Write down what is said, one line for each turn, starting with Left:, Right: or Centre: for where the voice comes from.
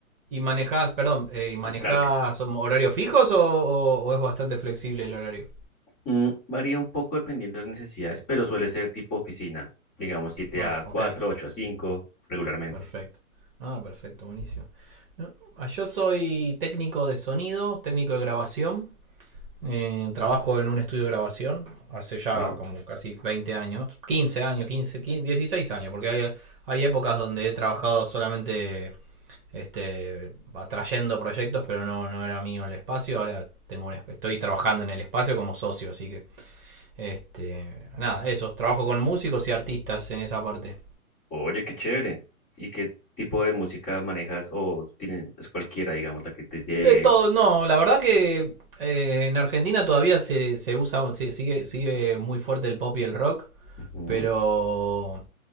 Right: ¿Y manejás, perdón, eh, ¿y manejás
Left: Ah, Claro que sí.
Right: um, horarios fijos o, o- o es bastante flexible el horario?
Left: Mm, varía un poco dependiendo de las necesidades, pero suele ser tipo oficina. Digamos siete
Right: Ah,
Left: a
Right: ok,
Left: cuatro, ocho a cinco, regularmente.
Right: perfecto. Ah, perfecto, buenísimo. No, ah, Yo soy técnico de sonido, técnico de grabación Eh, trabajo en un estudio de grabación hace ya
Left: Wow.
Right: como casi 20 años, 15 años, quince quince 16 años, porque hay, hay, épocas donde he trabajado solamente este, atrayendo proyectos, pero no, no era mío el espacio, ahora tengo un, estoy trabajando en el espacio como socio, así que este, nada, eso, trabajo con músicos y artistas en esa parte.
Left: Oye, qué chévere. ¿Y qué tipo de música manejas? O tienes, es cualquiera, digamos, la que te llegue.
Right: De todo, no, la verdad que eh, en Argentina todavía se, se usa, se, sigue, sigue muy fuerte el pop y el rock,
Left: Ujú,
Right: pero